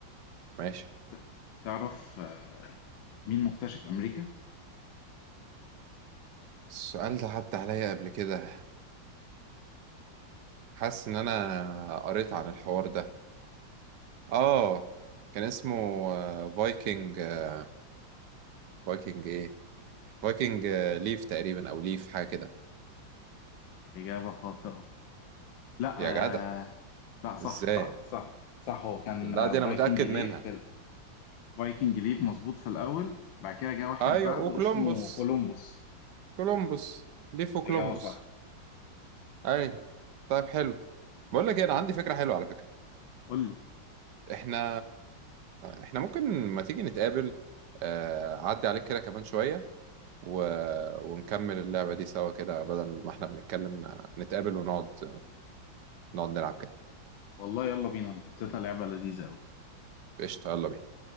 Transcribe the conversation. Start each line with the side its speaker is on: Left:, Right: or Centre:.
Right: ماشي
Left: ت- تعرف آه، مين مكتشف أمريكا؟
Right: السؤال ده عدى عليا قبل كده حاسس ان انا قريت عن الحوار ده اه كان اسمه آه، فايكنج آه، فايكنج ايه فايكنج آه، ليف تقريبا او ليف حاجة كده
Left: إجابة خاطئة لا
Right: يا جدع
Left: آه، لا صح
Right: ازاي
Left: صح صح صح هو كان
Right: لا
Left: آه،
Right: دي انا
Left: فايكنج
Right: متأكد
Left: ليف
Right: منها
Left: في ال- فايكنج ليف مظبوط في الأول بعد كده جه واحد
Right: ايوه
Left: بعده
Right: وكولومبوس
Left: اسمه كولومبوس
Right: كولومبوس ليفو كولومبوس
Left: إجابة صح
Right: اي طيب حلو بقول لك ايه انا عندي فكره حلوه على فكره
Left: قول لي
Right: احنا احنا ممكن ما تيجي نتقابل آه، اعدي عليك كده كمان شويه و... ونكمل اللعبه دي سوا كده بدل ما احنا بنتكلم ن- نتقابل ونقعد نقعد نلعب كده
Left: والله يلا بينا أنا حطيتها لعبة لذيذة أوي
Right: قشطه يلا بينا